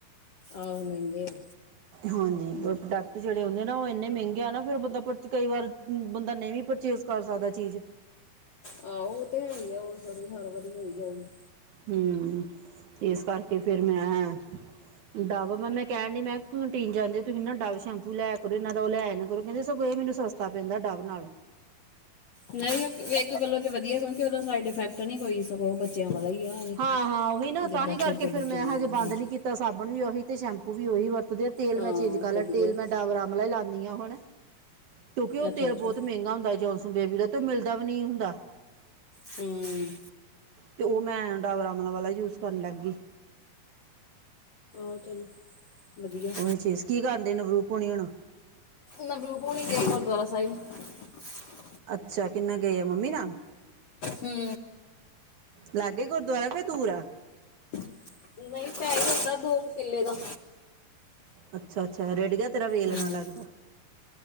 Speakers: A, on the left; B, on the right.
A: ਆਹੋ ਮਹਿੰਗੇ ਆ
B: ਹਾਂਜੀ <unintelligible> ਤਜਿਹੜੇ ਹੁੰਦੇ ਨਾ ਉਹ ਇੰਨੇ ਮਹਿੰਗੇ ਆ ਨਾ ਫਿਰ ਬੰਦਾ ਪਚ ਕਈ ਵਾਰ ਬੰਦਾ ਨਹੀਂ ਵੀ ਪਰਚੇਸ ਕਰ ਸਕਦਾ ਚੀਜ਼
A: ਆਹੋ ਉਹ ਤੇ ਹੈ ਹੀ ਆ ਉਹਾਰੀ ਹਰ ਵਾਰੀ ਹੋਈ ਜਾਊਗੀ
B: ਹਮ ਤੇ ਇਸ ਕਰਕੇ ਫਿਰ ਮੈਂ ਡੱਬ ਮੈਂ ਕਹਿਣ ਡੀ ਕੈਂਟੀਨ ਜਾਂਦੇ ਤੁਸੀਂ ਨਾ ਡਵ ਸ਼ੈਂਪੂ ਲਿਆ ਕਰੋ ਇਹਨਾਂ ਦਾ ਉਹ ਲੈਯਾ ਨਾ ਕਰੋ ਕਹਿੰਦੇ ਸਗੋਂ ਇਹ ਮੈਨੂੰ ਸਸਤਾ ਪੈਂਦਾ ਡੱਬ ਨਾਲੋ
A: ਨਹੀਂ ਏਕ ਗੱਲੋਂ ਤੇ ਵਧੀਆ ਕਿਉਂਕਿ ਉਹਦਾ ਸਾਈਡ ਇਫੈਕਟ ਨੀ ਕੋਈ ਸਗੋਂ ਬੱਚਿਆਂ ਵਾਲਾ ਹੀ ਆ ਇਹ।
B: ਹਾਂ-ਹਾਂ ਉਹੀ ਨਾ
A: ਜਿੱਦਾਂ
B: ਤਾਂਹੀ
A: ਛੋਟੇ
B: ਕਰਕੇ ਫਿਰ
A: ਬੱਚੇ
B: ਮੈਂ
A: ਲਈ
B: ਹਜੇ
A: ਯੂਜ਼
B: ਬੰਦ
A: ਕਰਦੇ
B: ਨੀ ਕੀਤਾ ਸਾਬਣ ਵੀ ਉਹੀ ਤੇ ਸ਼ੈਂਪੂ ਵੀ ਉਹੀ ਵਰਤਦੇ ਆ ਤੇਲ
A: ਹਾਂ
B: ਮੈਂ ਚੇਂਜ ਕਰ ਲਿਆ
A: ਵਧੀਆ
B: ਤੇਲ ਮੈਂ ਡਾਬਰ ਆਮਲਾ ਹੀ ਲਾਉਂਦੀ ਹਾਂ ਹੁਣ ਕਿਉਂਕਿ ਉਹ
A: ਅੱਛਾ
B: ਤੇਲ
A: ਅੱਛਾ
B: ਬਹੁਤ ਮਹਿੰਗਾ ਹੁੰਦਾ ਜੌਨ ਬੇਵੀ ਦਾ ਤੂੰ ਮਿਲਦਾ ਵੀ ਨੀ ਹੁੰਦਾ
A: ਹਮ
B: ਤੇ ਉਹ ਮੈਂ ਡਾਬਰ ਆਮਲਾ ਵਾਲਾ ਯੂਜ ਕਰਨ ਲੱਗ ਗਈ
A: ਚਲੋ <unintelligible> ਵਧੀਆ
B: ਉਹਨੇ ਚੀਜ਼ ਕੀ ਕਰਦੇ ਨਵਰੂਪ ਹੋਣੀ ਹੁਣ
A: ਨਵਰੂਪ ਹੋਣੀ ਗਏ ਗੁਰਦੁਆਰਾ ਅ ਸਾਈ <unintelligible>
B: ਅੱਛਾ ਕਿੰਨਾ ਗਏ ਆ ਮੰਮੀ ਨਾ
A: ਹੂੰ
B: ਲਾਗੇ ਗੁਰਦੁਆਰਾ ਕ ਦੂਰ ਆ
A: ਨਹੀਂ ਪੈਈ ਜਾਂਦਾ ਦੋ ਕੁ ਕਿੱਲੇ ਦਾ
B: ਅੱਛਾ ਅੱਛਾ ਰੇਡਗ ਤੇਰਾ ਵੇਲਣਾ
A: ਹੂੰ
B: ਲੱਗਦਾ